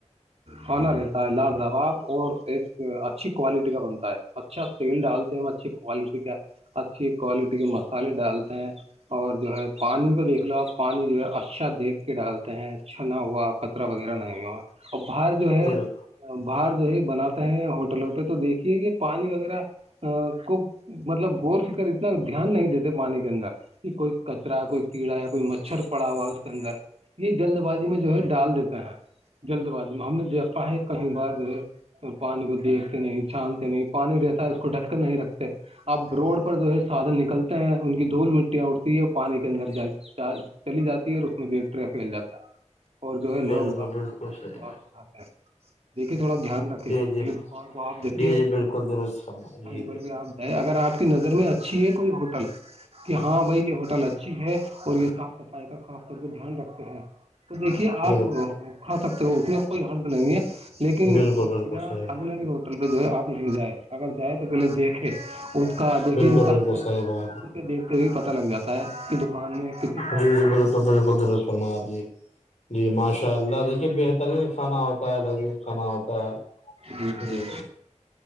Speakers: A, on the right; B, on the left.
A: ہونا رہتا ہے لاجواب اور ایک- اچھی کوالٹی کا بنتا ہے اچھا تیل ڈالتے ہیں اچھی کوالٹی کا- اچھی کوالٹی کے مسالے ڈالتے ہیں- اور جو ہے پانی کو دیکھ لو آپ پانی جو ہے اچھا دیکھ کے ڈالتے ہیں اچھا نہ ہوا- کترا وغیرہ نہیںا اور باہر جو ہے
B: بالکل
A: باہر جو ہے بناتے ہیں- ٹلوں پہ تو دیکھیے یہ پانی وغیرہ- ا کو مطلب گور س کر اتنا دھیان نہیں دیتے پانی کے اندر- کہ کوئی کچرا کوئی کیڑا یا کوئی مچھر پڑا ہوا اس کے اندر یہ جلد بازی میں جو ہے ڈال دیتے ہیں- جلد بازی میں ہم نے دیکھا ہے کہیں بار جو ہے پانی کو دیکھ- نہیں چھانتے نہیں پانی جیسا ہے اس کو ڈھک کے نہیں رکھتے- اب روڈ پر جو ہے سادن نکلتے ہیں ان کی دھول مٹیاں اڑتی ہے اور پانی کے اندر جا- چ چلی جاتی ہے اور اس میں بیکٹر پھیل جاتا ہے- اور جو ہے لوگ
B: بالکل
A: ب اس
B: بالکل
A: کو بڑے
B: صحیح
A: سواس
B: ہے
A: سکھاتے ہیں دیکھیے تھوڑا دھیان رکھے-
B: جی جی
A: کان کو آپ دیکھے
B: جی جی بالکل درست فرما جی
A: کہیں
B: جی
A: پر بھی آپ- نہیں اگر آپ کی نظر میں اچھی ہے کوئی ہوٹل- کہ ہاں بھائی یہ ہوٹل اچھی ہے اور یہ صاف صفائی کا خاص طور پہ دھیان رکھتے ہیں- تو دیکھیے
B: بالکل
A: آپ کھا سکتے ہو اس میں کوئی حرد نہیں ہے لیکن
B: بالکل بالکل
A: بنا-
B: صحیح
A: اجنبی ہوٹل پہ جو ہے آپ نہیں جائ اگر جائ تو پہلے دیکھے- اس کا دیکھی
B: بالکل
A: ہستان
B: بالکل
A: کو
B: صحیح بات
A: دیکھتے ہوئے پتا لگ جاتا ہے- کہ دکان میں کتنی صاف
B: جی-
A: صفائی
B: جی، بالکل
A: کا کام ہوتا
B: -بالکل
A: ہے
B: درست فرما آپ جی- جی ماشاء اللہ دیکھیے بہترین کھانا ہوتا ہے لذیذ کھانا ہوتا ہے-
A: جی
B: ج
A: جی